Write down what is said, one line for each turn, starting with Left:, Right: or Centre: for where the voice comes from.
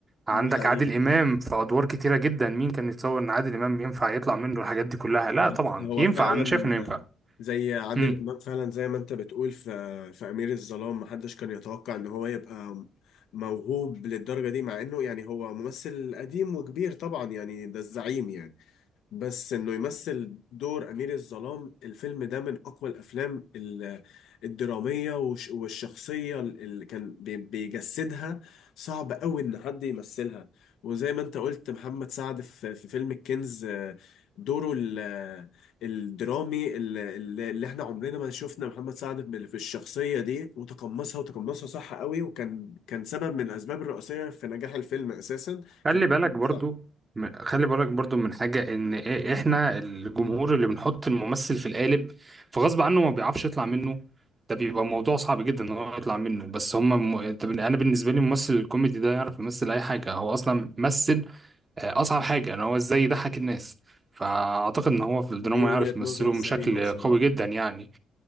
Right: عندك
Left: دي حقيقة
Right: عادل امام في ادوار كتيرة جدا مين كان يتصور ان عادل امام ينفع يطلع منه الحاجات دي كلها لا
Left: بس
Right: طبعا
Left: هو
Right: ينفع
Left: فعلا
Right: انا شايف انه ينفع
Left: زي عادل
Right: امم.
Left: امام فعلا زي ما انت بتقول في في امير الظلام محدش كان يتوقع ان هو يبقى موهوب للدرجه دي مع انه يعني هو ممثل قديم وكبير طبعا يعني ده الزعيم يعني بس انه يمثل دور امير الظلام الفيلم ده من اقوى الافلام ال- الدراميه والش- والشخصيه اللي كان بي- بيجسدها صعب قوي ان حد يمثلها وزي ما انت قلت محمد سعد في في فيلم الكنز آه، دوره ال- آه، الدرامي ال- ال- اللي احنا عمرنا ما شفنا محمد سعد بال- في الشخصيه دي وتقمصها وتقمصها صح قوي وكان كان سبب من الاسباب الرئيسيه في نجاح الفيلم اساسا
Right: خلي
Left: كان
Right: بالك
Left: محمد
Right: برضو
Left: سعد
Right: م- خلي بالك برضو من حاجة ان إ- احنا الجمهور اللي بنحط الممثل في القالب فغصب عنه ما بيعرفش يطلع منه ده بيبقى موضوع صعب جدا ان هو يطلع منه بس هما م... انت بن- انا بالنسبة لي الممثل الكوميدي ده يعرف يمثل اي حاجة هو اصلا مثل آه، اصعب حاجة ان هو ازاي يضحك الناس فاعتقد ان هو في الدراما
Left: دي وجهة
Right: يعرف يمثله
Left: نظر سليمة
Right: بشكل
Left: بصراحة
Right: قوي جدا يعني